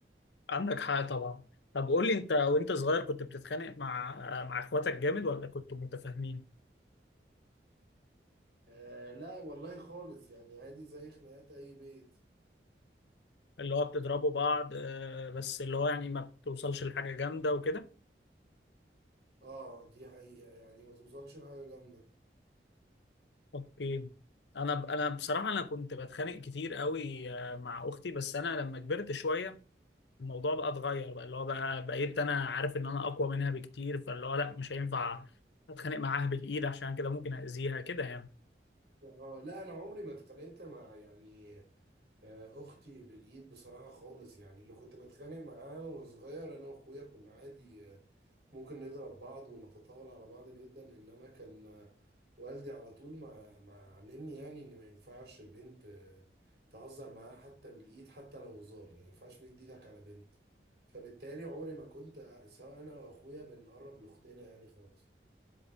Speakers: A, on the left; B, on the right.
A: عندك حق طبعا طب قول لي انت وانت صغير كنت بتتخانق مع مع اخواتك جامد ولا كنتوا متفاهمين
B: آه لا والله خالص يعني عادي زي خناقات أي بيت
A: اللي هو بتضربوا بعض آه، بس اللي هو يعني ما بتوصلش لحاجة جامدة وكده
B: آه دي حقيقة يعني ما توصلش لحاجة جامدة
A: اوكي انا انا بصراحة انا كنت بتخانق كتير قوي آه، مع اختي بس انا لما كبرت شوية الموضوع بقى اتغير بقى اللي هو بقى بقيت انا عارف ان انا اقوى منها بكتير فاللي هو لا مش هينفع اتخانق معاها بالايد عشان كده ممكن اذيها كده يعني
B: آه لا أنا عمري ما اتخانقت مع يعني آه، اختي بالايد بصراحه خالص يعني اللي كنت بتخانق معاه وانا صغير انا واخويا كنا عادي آه، ممكن نضرب بعض ونتطاول على بعض جدا انما كان آه، والدي على طول ما ما علمني يعني ان ما ينفعش بنت آه، تهزر معاها حتى بالايد حتى لو هزار يعني ما ينفعش مد ايدك على بنت فبالتالي عمري ما كنت آه، سواء انا واخويا بنقرب لاختنا يعني خالص